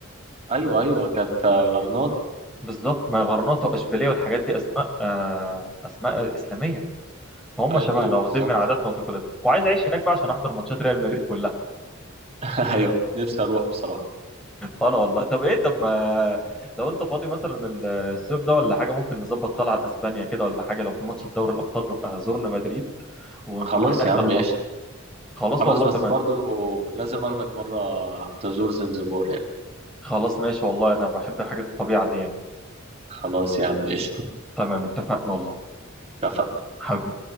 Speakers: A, on the right (about 30°); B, in the centre.
A: ايوه ايوه كانت غرناطه
B: بالظبط ما غرناطه واشبيليه والحاجات دي اسماء آه اسماء اسلاميه فهم
A: ايوه
B: شبهنا واخدين
A: بالظبط
B: من عاداتنا وتقاليدنا وعايز اعيش هناك بقى عشان احضر ماتشات ريال مدريد كلها
A: <laughs> ايوه نفسي اروح بصراحه
B: انا والله طب ايه طب ما لو انت فاضي مثلا ال- الصيف ده ولا حاجه ممكن نظبط طلعه لاسبانيا كده ولا حاجه لو في ماتش في دوري الابطال نبقى زورنا مدريد ونروح
A: خلاص
B: نحضر
A: يا عم
B: الماتش
A: ايش
B: خلاص
A: خلاص
B: والله
A: بس
B: تمام
A: برضو لازم اخدك مرة تزور زنزبار يعني
B: خلاص ماشي والله انا بحب حاجه الطبيعه دي يعني
A: خلاص يا عم قشطة
B: تمام اتفقنا والله
A: اتفقنا
B: حبيبي